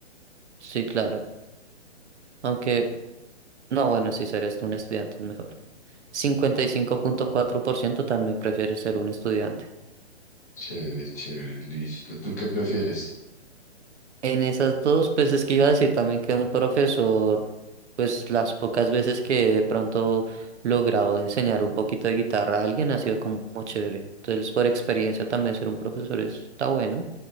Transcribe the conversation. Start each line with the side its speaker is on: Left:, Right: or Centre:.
Right: Sí, claro. Aunque, no, bueno, sí, ser esto un estudiante es mejor. cincuenta y cinco punto cuatro por ciento también prefiere ser un estudiante.
Left: Chévere, chévere, listo. ¿Tú qué prefieres?
Right: En esas dos, pues es que iba a decir también que un profesor, pues las pocas veces que de pronto logrado enseñar un poquito de guitarra a alguien ha sido como chévere. Entonces, por experiencia también ser un profesor está bueno.